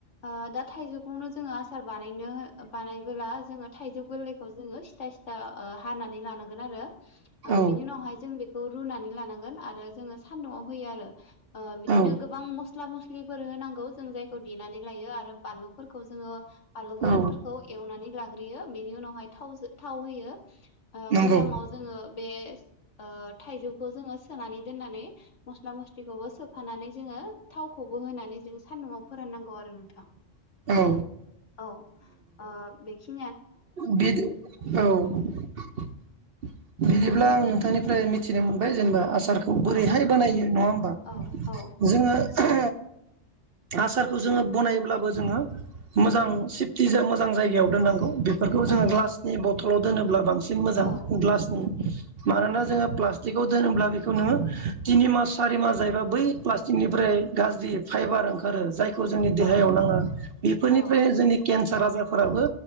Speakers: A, on the left; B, on the right.
A: ओ दा थाइजौखौनो जोङो आसार बानायनो बानायबोला जोङो थाइजौ गोरलैखौ जोङो सिथा सिथा ओ हानानै लानांगोन आरो ओ
B: औ
A: बिनि उनावहाय जों बेखौ रुनानै लानांगोन आरो जोङो सान्दुङाव होयो आरो ओ बिदिनो
B: औ
A: गोबां मस्ला मस्ल फ्रिफोर होनां गौ जों जायखौ देनानै लायो आरो बानलुफोरखौ जोङो बानलु गोरानफोरखौ
B: औ
A: एवनानै लाग्रोयो । बेनि उनावहाय थावजों थाव होयो । ओ
B: नंगौ
A: भयामाव जोङो बे ओ थाइजौखौ जोङो सोनानै दोननानै मस्ला मस लिखौ सो फानानै जोङो थावखौ होनानै जों सानदुङाव फोराननांगौ आरो नोंथां
B: औ
A: औ ओ बेखि
B: बिदि औ <inaudible> <inaudible>
A: नोंथां
B: बिदिब्ला आं नोंथांनि फ्राय मिथिना मोनबाय जेनेबा आस टारखौ बोरैहाय
A: औ
B: बानायो नङा होमबा
A: औ औ
B: जोङो ओ आसारखौ जोङो बनायब्लाबो जोङो मोजां सेफटि मोजां जायगायाव दोननांगौ बे
A: औ
B: जोंङो ग्लासनि बथल सल' दोनोब्ला बां सिन मोजां
A: औ
B: ग्लास मानोना जोङो प्लाटिकआव दोनोब्ला बेखौ नोङो तिनि मास सारि मास जायोैबा बै प्लास्टिकनिफ्राय गाज्रि फाइबार ओंखार जाय खौ जोंनि देहायाव
A: औ
B: नाङा बेफोरनिफ्रायनो
A: औ
B: जोंनि केन्सार आजारफोराबो